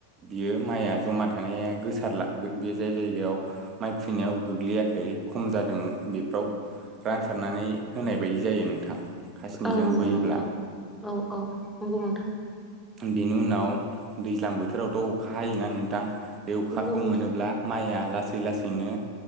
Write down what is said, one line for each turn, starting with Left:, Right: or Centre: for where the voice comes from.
Right: बियो माइया जमा थानाया गोसा सारला बे जाय जायगायाव माइ खुबैनायाव गोग्लैयाखै खम जादों बेफ्राव रानसारनानै होनाय बायदि जायो नोंथां। खासिनिजों
Centre: औ नंगौ
Right: बोयोब्ला
Centre: नोंथां औ औ नंगौ नोंथां।
Right: बिनि उनाव दैज्लां बोथोरावथ' अखा हायोना नोंथां। बे अखाखौ
Centre: नंगौ नोंथां
Right: मोनोब्ला माइया लासै लासैनो